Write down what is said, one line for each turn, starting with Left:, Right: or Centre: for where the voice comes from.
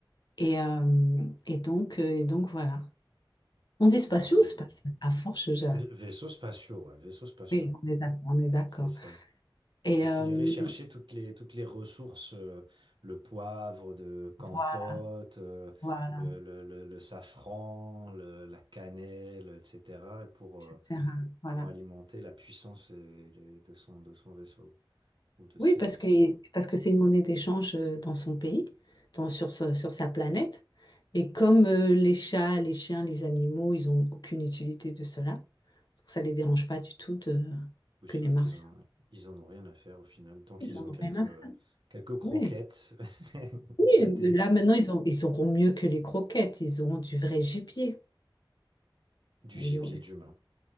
Left: Et, euh, et donc, euh, et donc, voilà. On dit spatiaux
Right: Hum.
Left: ou spatial? À force, je...
Right: V- Vaisseaux spatiaux, ouais, vaisseaux spatiaux,
Left: Oui, on est d'accord. On est d'accord.
Right: c'est ça.
Left: Et
Right: Donc,
Left: euh,
Right: il irait chercher toutes les, toutes les ressources, euh, le poivre de Campote,
Left: voilà,
Right: euh,
Left: voilà,
Right: le, le, le, le safran, le- la cannelle, etc., pour,
Left: etc.
Right: euh,
Left: Voilà.
Right: pour alimenter la puissance et les- de son, de son vaisseau, ou de
Left: Oui,
Right: ses
Left: parce
Right: vaisseaux,
Left: que,
Right: du coup.
Left: parce que c'est une monnaie d'échange euh, dans son pays, dans, sur, sa- sur sa planète. Et comme euh, les chats, les chiens, les animaux, ils n'ont aucune utilité de cela, donc ça ne les dérange pas du tout de,
Right: Oui,
Left: que
Right: c'est
Left: les
Right: vrai
Left: Martiens.
Right: qu'ils en, ils en ont rien à faire au final. Tant qu'ils
Left: Ils en
Right: ont
Left: ont
Right: quelques,
Left: rien à
Right: quelques croquettes
Left: Oui,
Right: <laughs>
Left: oui,
Right: ou pâté,
Left: là maintenant ils ont, ils auront mieux que les croquettes, ils auront du vrai gibier.
Right: du
Left: Ils
Right: gibier,
Left: auront-
Right: d'humain.